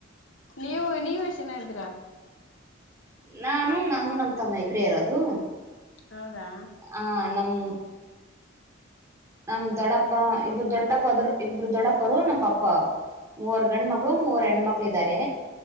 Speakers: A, on the left (about 70°); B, on the right (about 15°).
A: ನೀವು ನೀವಷ್ಟನೀ್ರಾ
B: ನಾನು ನಾನು ನಮ್ಮ್ ತಮ್ಮ ಇಬ್ರೇ ಇರೋದು
A: ಹೌದಾ
B: ಹ ನಮ್ ನಮ ದೊಡ್ಡಪ್ಪ ಇಬರು ದೊ ದೊಡಪ ಇಬ್ಬರು ದೊಡಪರ ನಮ್ಮ ಪಾಪಾ ಮೂವರ್ ಗಂಡ ಮಕ್ಳು ಮೂವರ್ ಹೆಣ ಮಕ್ಳು ಇದ್ದಾರೆ